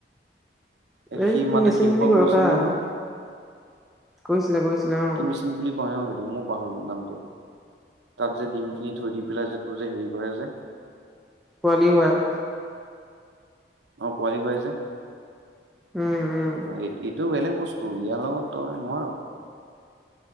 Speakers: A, on the right; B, in the centre.
A: এ
B: এই
A: সি
B: কি
A: মাতে
B: মেচিন
A: হেইসোপা
B: বুলি কয়
A: কৰিছিল
B: ৰখা এইটো
A: নহয়।
B: কৈছিলে কৈছিলে অ।
A: মেচিন কি বুলি কয় অ সেইটো মইও পাহৰিলো নামটো। তাত যে ডিম খিনি থৈ দি পেলাই যে তোৰ যে হেৰি কৰে যে
B: পোৱালি হয়।
A: অ পোৱালি হয় যে।
B: উম। উম
A: এই এইটো বেলেগ বস্তু ইয়াৰ লগত তই নোৱাৰ।